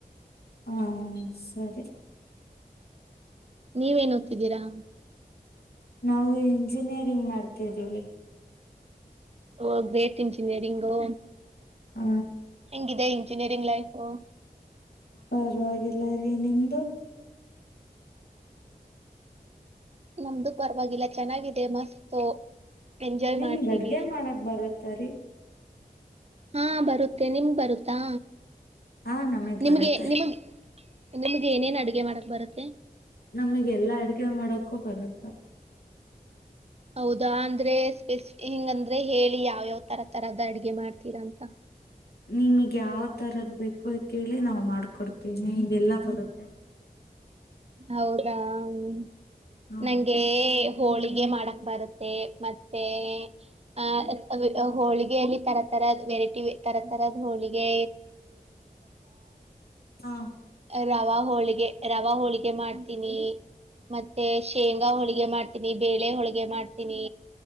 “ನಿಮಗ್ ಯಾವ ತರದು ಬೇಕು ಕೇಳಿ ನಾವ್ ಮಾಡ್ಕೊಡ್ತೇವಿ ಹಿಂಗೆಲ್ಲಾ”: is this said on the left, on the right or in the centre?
Left